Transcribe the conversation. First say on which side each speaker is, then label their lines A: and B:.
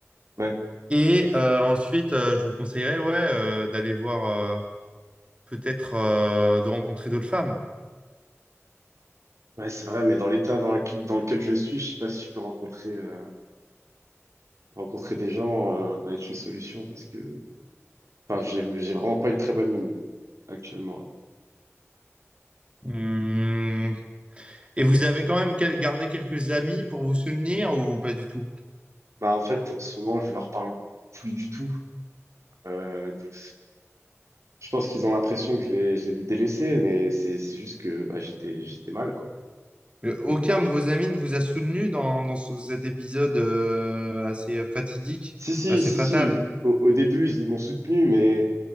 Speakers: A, on the right (about 70°); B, on the right (about 25°).
A: Ouais.
B: Et euh, ensuite, euh, je vous conseillerais ouais, euh, d'aller voir, euh, peut-être euh, de rencontrer d'autres femmes.
A: Ouais, c'est vrai, mais dans l'état dans lequel, dans lequel je suis, je sais pas si je peux rencontrer, euh, rencontrer des gens, euh, va être une solution parce que, enfin, j'ai, j'ai vraiment pas une très bonne mine actuellement, là.
B: Hmm. Et vous avez quand même quel- gardé quelques amis pour vous soutenir ou pas du tout?
A: Bah, en fait, en ce moment, je leur parle plus du tout. Euh, donc, je pense qu'ils ont l'impression que je les, je les ai délaissés, mais c'est, c'est juste que, bah, j'étais, j'étais mal, quoi.
B: Euh, Aucun
A: Donc, pour...
B: de vos amis ne vous a soutenu dans, dans ce- cet épisode euh, assez fatidique,
A: Si, si,
B: assez
A: si,
B: fatal.
A: si, au, au début, ils m'ont soutenu, mais